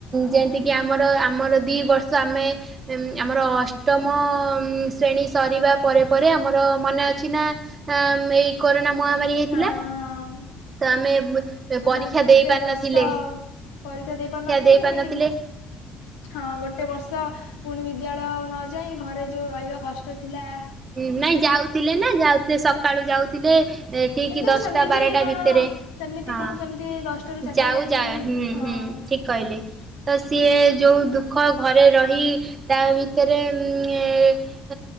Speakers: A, on the right; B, on the left.
A: ଯେମିତିକି ଆମର ଆମର ଦିଇ ବର୍ଷ ଆମେ ଏମଁ ଆମର ଅଷ୍ଟମ ଶ୍ରେଣୀ ସରିବା ପରେ ପରେ ଆମର ମନେ ଅଛି ନାଁ। ଆଁ ଏଇ କୋରୋନା ମହାମାରୀ ହେଇଥିଲା।
B: ହଁ ହଁ
A: ତ ଆମେ
B: ଆମେ
A: ପରୀକ୍ଷା
B: ଗୋଟେ
A: ଦେଇ ପାରିନଥିଲେ
B: ବର୍ଷ ପରୀକ୍ଷା ଦେଇପାରି ନଥିଲେ।
A: ଦେଇ
B: ପୁଣି
A: ପାରିନଥିଲେ
B: ହଁ ଗୋଟେ ବର୍ଷ ପୁଣି ବିଦ୍ୟାଳୟ ନଯାଇ ଘରେ ଯୋଉ ରହିବା କଷ୍ଟ ଥିଲା।
A: ହଁ ନାଇଁ ଯାଉଥିଲେ ନା ଯାଉଥିଲେ ସ ସକାଳୁ ଯାଉଥିଲେ ଠିକ
B: କିନ୍ତୁ
A: ଦଶଟା
B: ସେମିତି
A: ବାରଟା
B: କଣ
A: ଭିତରେ
B: ସେମିତି
A: ହଁ।
B: କଣ ଯେମିତି ଦଶଟାରୁ ଚାରିଟା
A: ଯାଉ
B: ଯାଇକି
A: ଯା ହୁଁ
B: ହଁ
A: ହୁଁ ଠିକ। କହିଲେ ତ ସିଏ ଯୋଉ ଦୁଃଖ ଘରେ ରହି ତା ଭିତରେ ଉଁ ଏଁ